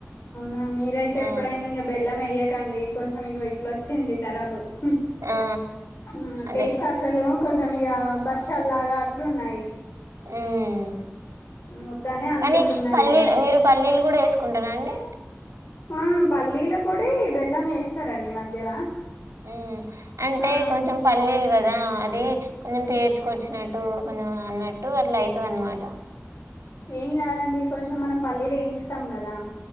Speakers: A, on the left; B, on the right.
A: ఆ మీర అయితే ఎప్పుడైనా
B: ఆ
A: ఇంకా బెల్లం ఎయ్య ఎకండి కొంచెం ఇంక ఇట్లా వచ్చింది కరాబు హుం
B: ఆ
A: ఉమ్
B: అదే
A: టేస్ట్ అసలు కొంచం ఇగా బచ్చల్ లాగా అట్లు ఉన్నాయి
B: ఉమ్
A: వద్దనే అనుకుంటున్నారు
B: కానీ పల్లీల్
A: ఇంగ
B: మీరు పల్లీలు కూడా వేసుకుంటారా అండి
A: ఆ పల్లీల పొడి బెల్లం వేస్తారండి మధ్యల
B: ఉమ్ అంటే
A: ఆ
B: కొంచెం పల్లీలు కదా అది కొంచం పేర్చుకొచ్చినట్టు కొంచెం అన్నట్టు అట్లా అయితది అన్నమాట
A: ఏం కాదండి కొంచెం మనం పల్లీలు వేయించుతాం కదా